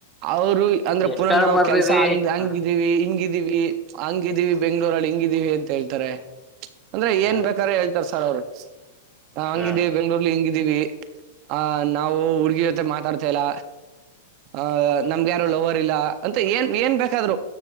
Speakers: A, on the right; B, in the centre.
A: ಅವರು ಅಂದ್ರೆ
B: ಎಷ್ಟಾರ
A: ಪುರ ನಾವು
B: ಬರ್ರಿ
A: ಕೆಲ್ಸ
B: ರೀ
A: ಹಂಗ್ ಹಂಗಿದ
B: ಹ
A: ಇಲ್ಲಿ ಹಿಂಗಿದೀವಿ ಹಂಗಿದೀವಿ ಬೆಂಗ್ಳೂರಲ್ಲಿ ಹಿಂಗಿದೀವಿ ಅಂತ ಹೇಳ್ತಾರೆ ಅಂದ್ರೆ
B: ಹಾ
A: ಏನ್ ಬೇಕಾರ ಹೇಳ್ತಾರ ಸರ್ ಅವ್ರು. ಹಂಗಿದ್ದೀವಿ
B: ಹಾ
A: ಬೆಂಗ್ಗಳೂರ್ಲಿ ಹಿಂಗಿದ್ದೀವಿ ಆ ನಾವು ಹುಡ್ಗಿರ ಹತ್ರ ಮಾತಾಡ್ತಾ ಇಲ್ಲ ಆ
B: ಹ ಹ
A: ನಮ್ಗೆ ಯಾರೋ ಲವರ್ ಇಲ್ಲ ಅಂತ ಏನ್ ಏನ್ ಬೇಕಾದ್ರು